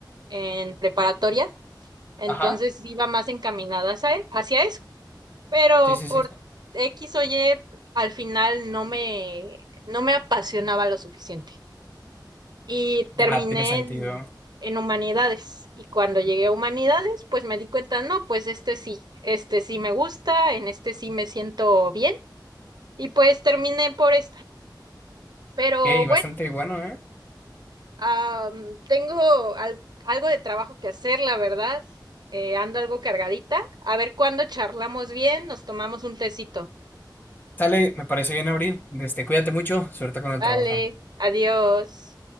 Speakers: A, on the right; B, on the left.
A: en preparatoria, entonces
B: ajá.
A: iba más encaminada hacia e, hacia eso pero
B: Sí, sí,
A: por
B: sí. sí.
A: X o Y al final no me, no me apasionaba lo suficiente. Y
B: Ya,
A: terminé
B: tiene sentido.
A: en, en humanidades. Y cuando llegué a humanidades, pues me di cuenta, no, pues este sí, este sí me gusta, en este sí me siento bien. Y pues terminé por esta. Pero
B: Ok,
A: bueno,
B: bastante bueno, ¿eh?
A: am, tengo al- algo de trabajo que hacer, la verdad. Eh, ando algo cargadita. A ver cuándo charlamos bien, nos tomamos un tecito.
B: Sale, me parece bien abrir. Este, cuídate mucho, suerte con el
A: Vale,
B: trabajo.
A: adiós.